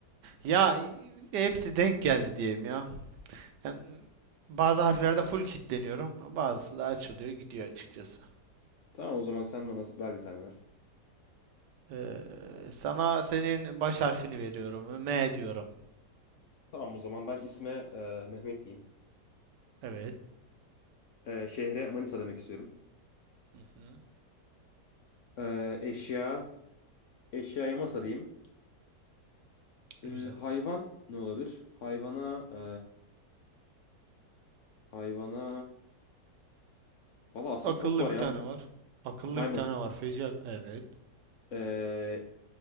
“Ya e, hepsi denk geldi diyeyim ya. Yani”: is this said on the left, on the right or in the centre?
Right